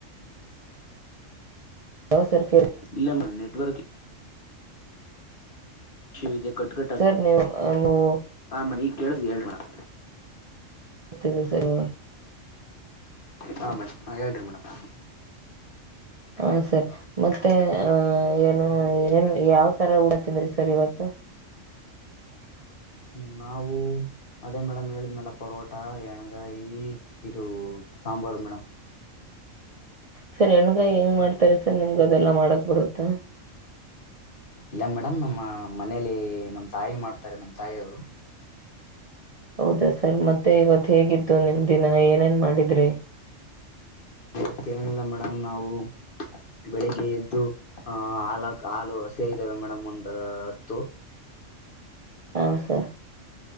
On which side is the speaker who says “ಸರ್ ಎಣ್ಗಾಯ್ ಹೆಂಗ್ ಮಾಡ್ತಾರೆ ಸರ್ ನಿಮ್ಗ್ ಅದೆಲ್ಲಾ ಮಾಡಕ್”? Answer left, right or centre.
Right